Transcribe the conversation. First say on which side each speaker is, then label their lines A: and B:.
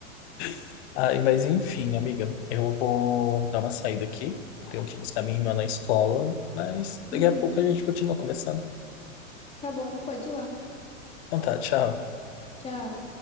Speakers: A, on the left; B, on the left.
A: <laughs> Ai, mas enfim, amiga, eu vou dar uma saída aqui. Eu tenho que buscar minha irmã na escola, mas daqui
B: Uhum.
A: a pouco a gente continua conversando.
B: Tá bom, pode ir lá.
A: Então tá, tchau.
B: Tchau.